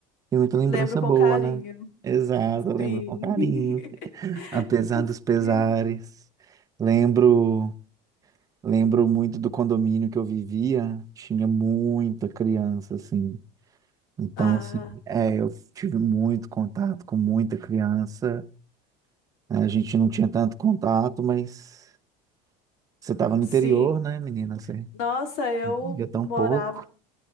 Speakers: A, on the right; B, on the left.
A: tem muita lembrança
B: Lembro com
A: boa,
B: carinho.
A: né? Exato, eu lembro
B: Sim.
A: com carinho,
B: <laughs>
A: apesar dos pesares.
B: Sim.
A: Lembro, lembro muito do condomínio que eu vivia, tinha muita criança assim. Então,
B: Ah,
A: assim, é, eu tive muito contato com muita criança. né? A gente não tinha tanto contato, mas Você estava no
B: sim.
A: interior, né, menina? Você
B: Nossa, eu
A: vivia tão
B: morava.
A: pouco.